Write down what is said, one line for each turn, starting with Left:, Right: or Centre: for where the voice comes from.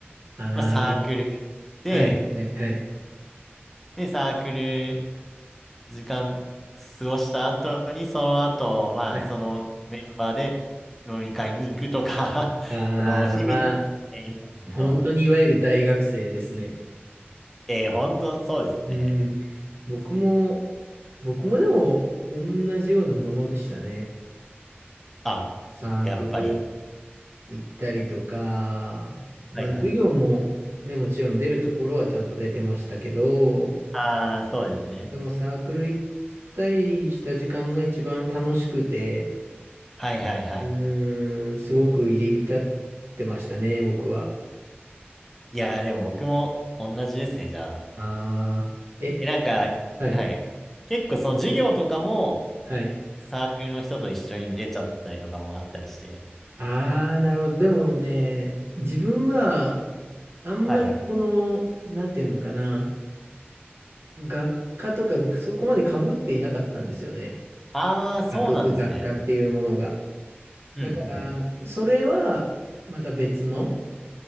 Right: ああ、
Centre: まあ、サークル行って、
Right: はい、はい、はい。
Centre: で、サークル時間過ごした後に、その後、まあ、
Right: はい。
Centre: そのメンバーで飲み会に行くとか
Right: ああ、
Centre: <laughs> の日々ですね、
Right: まあ、
Centre: 今思うと。
Right: 本当にいわゆる大学生ですね。
Centre: えー、本当そうですね。
Right: うん。僕も、僕もでも、同じようなものでしたね。
Centre: あ、
Right: サークル
Centre: やっぱり。
Right: 行ったりとか、まあ授業もね、
Centre: はいはい。
Right: もちろん出るところはちゃんと出てましたけど、
Centre: ああ、そうですね。
Right: でもサークル行ったりした時間が一番楽しくて、
Centre: はいはいはい。
Right: うーん、すごく入り浸ってましたね、僕は。
Centre: いやー、でも僕も同じですね、じゃあ。
Right: ああ、え、
Centre: え、なんか、
Right: はい、
Centre: はい。結構その授業とかも
Right: はい。
Centre: サークルの人と一緒に出ちゃったりとかもあったりして。
Right: ああ、なるほど。でもね、自分はあんまりこの、
Centre: はいはい。
Right: なんていうのかな、学科とかがそこまで被っていなかったんですよね。
Centre: ああ、そうなんですね。
Right: 学部学科っていうものが。
Centre: うんうん。
Right: だから、それは、また別の